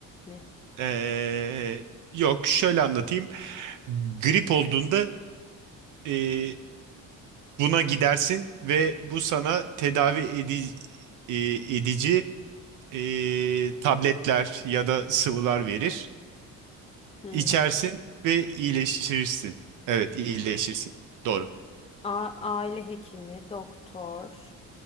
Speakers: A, on the left (about 15°); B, on the right (about 65°).
A: mi?
B: Ee, yok şöyle anlatayım. Grip olduğunda ee, buna gidersin ve bu sana tedavi edi- ee, edici ee, tabletler ya da sıvılar verir.
A: Hı.
B: İçersin ve iyileşirsin. Evet, iyileşirsin. Doğru.
A: A- aile hekimi, doktor,